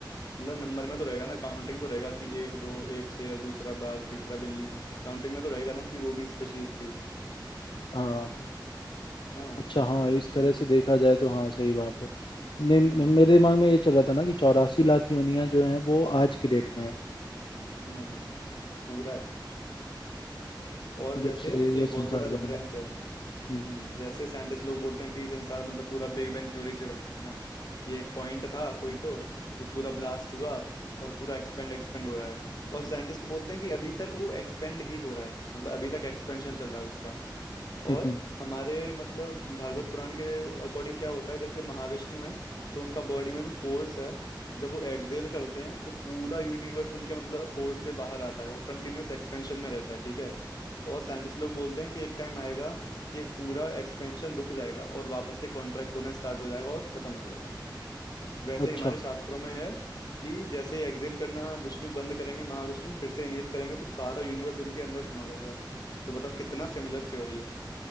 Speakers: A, on the left; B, on the left.
A: मतलब नंबर में तो रहेगा ना काउंटिंग तो रहेगा कि एक दो एक शेर दूसरा बाघ तीसरा बिल्ली काउंटिंग में तो रहेगा ना कि वो भी स्पेशीज थी
B: हाँ हाँ
A: हाँ
B: अच्छा हाँ इस तरह
A: वही
B: से देखा जाए तो हाँ सही बात है नहीं मे-
A: हम्म
B: मेरे दिमाग में ये चल रहा था ना कि चौरासी लाख योनियां जो हैं वो आज की डेट में है
A: नहीं नहीं पूरा है और जैसे
B: जब से ये
A: एक
B: संसार
A: बहुत बड़ा रेफरेंस
B: बना है
A: है
B: हम्म
A: हम्म जैसे साइंटिस्ट लोग बोलते हैं कि संसार मतलब पूरा बिग बैंग थ्योरी से बना है है ना कि एक पॉइंट था कोई तो वो पूरा ब्लास्ट हुआ और पूरा एक्सपेंड एक्सपेंड हो रहा है और साइंटिस्ट बोलते हैं कि अभी तक वो एक्सपेंड ही हो रहा है मतलब अभी तक एक्सपेंशन चल रहा है उसका और
B: हम्म, हम्म।
A: हमारे मतलब भागवत पुराण के अकॉर्डिंग क्या होता है जैसे महाविष्णु है तो उनका बॉडी में जो पोर्स है जब वो एक्सहेल करते हैं तो पूरा यूनिवर्स उनके मतलब पोर्स से बाहर आता है और कंटिन्यूअस एक्सपेंशन में रहता है ठीक है और साइंटिस्ट लोग बोलते हैं कि एक टाइम आएगा कि ये पूरा एक्सपेंशन रुक जाएगा और वापस से कॉन्ट्रैक्ट होना स्टार्ट हो जाएगा और खत्म हो जाएगा वैसे
B: अच्छा
A: ही हमारे शास्त्रों में है कि जैसे ही एक्सहेल करना विष्णु बंद करेंगे महाविष्णु फिर से इनहेल करेंगे तो सारा यूनिवर्स उनके अंदर समा जाएगा तो बताओ कितना सिमिलर थ्योरी है